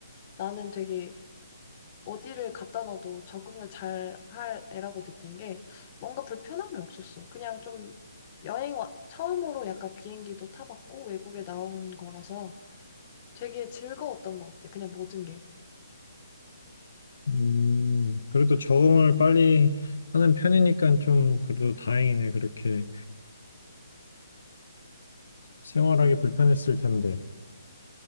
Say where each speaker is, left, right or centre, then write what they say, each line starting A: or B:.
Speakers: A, on the left; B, on the left.
A: 나는 되게 어디를 갖다 놔도 적응을 잘 할 애라고 느낀 게 뭔가 불편함이 없었어. 그냥 좀 여행 와, 처음으로 약간 비행기도 타봤고 외국에 나온 거라서 되게 즐거웠던 것 같아. 그냥 모든 게.
B: 음, 그래도 적응을 빨리 하는 편이니까 좀 그래도 다행이네. 그렇게 생활하기 불편했을 텐데.